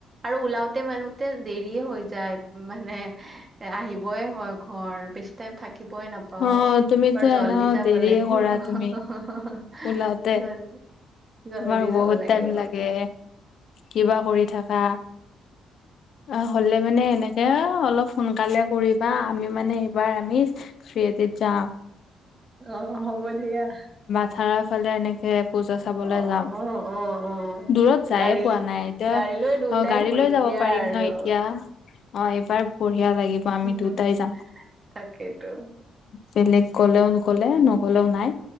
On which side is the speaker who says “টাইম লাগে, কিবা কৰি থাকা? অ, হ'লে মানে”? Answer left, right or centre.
Left